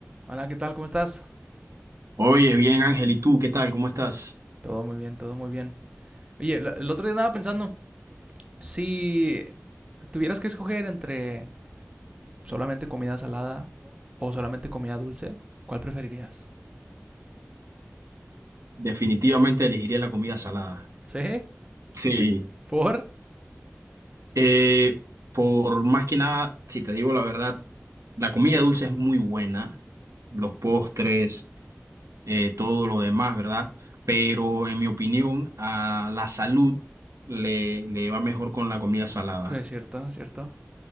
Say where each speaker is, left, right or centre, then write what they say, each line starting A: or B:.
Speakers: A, on the right; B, on the right.
A: Hola, ¿qué tal? ¿Cómo estás?
B: Oye, bien, Ángel, ¿y tú qué tal? ¿Cómo estás?
A: Todo muy bien, todo muy bien. Oye, la- el otro día andaba pensando, si tuvieras que escoger entre solamente comida salada o solamente comida dulce, ¿cuál preferirías?
B: Definitivamente elegiría la comida salada.
A: ¿Sí?
B: Sí,
A: ¿Por?
B: eh, por más que nada, si te digo la verdad, la comida dulce es muy buena, los postres, eh, todo lo demás, ¿verdad? Pero en mi opinión, a la salud le, le va mejor con la comida salada.
A: Pues es cierto, es cierto.